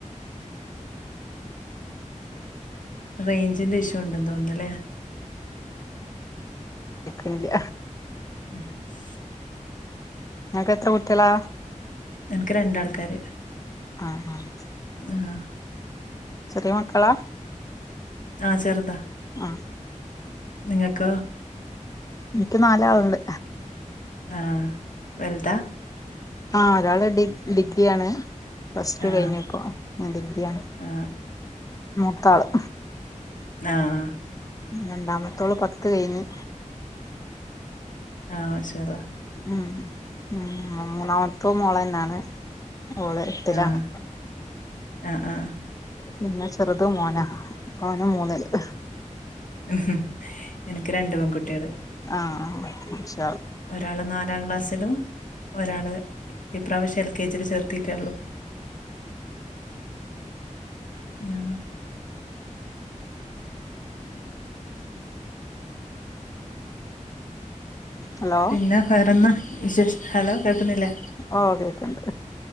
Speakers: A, on the left (about 80°); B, on the left (about 25°).
A: റേഞ്ചിന്റെ ഇഷ് യൂ ഉണ്ട് തോന്നുന്നല്ലേ
B: എിക്കില്ല
A: ഉ <unintelligible>
B: നക്ക് എത്ര കുട്ടലാ
A: എനക്ക് രണ്ടാൾക്കാര്
B: ആഹ ആഹ
A: ആഹ
B: ചെറിയ മക്കളാ
A: ആഹ ചെറുതാ
B: ആ
A: നിങ്ങകൊ
B: എനിക്ക് നാളാളുണ്ട്
A: ആഹ വലുതാ
B: ആ് ഒരാള് ഡി ഡിഗ്രിയാണ് ഫസ് ടു
A: ആ
B: കഴിഞ്കുനു ഇഞ്ഞു ഡിഗ്രിയ
A: ആ
B: മൂത്താള്
A: ആഹ
B: രണ്ടാമത്തോള് പത്ത് കഴിഞ്ഞ്
A: ആഹ ശേതാ
B: ഉം ഉം മൂന്നാമത്തോ മോളന്നാണ് ഓള് എട്ടിലാണ്
A: ആഹ ആഹ ആഹ
B: പിന്നെ ചെറുത് മോനാ ഓന മൂന്നില്
A: ഉ എനിക്ക് രണ്ടു പെൺകുട്ടികള്
B: ആ
A: ഒരാള് നാലാം ക്ലാസ് ും ഒരാള് ഇപ്രാവശ്യം എൽ കെ ജി ചേർത്തിട്ടേള്ളു ആ
B: ഹലോ
A: പിന്നെ വേറെന്നാ വിശേഷ ഹലോ കേൾക്കുന്നില്ലേ
B: ഓഹ് കേക്ക്ണ്ട്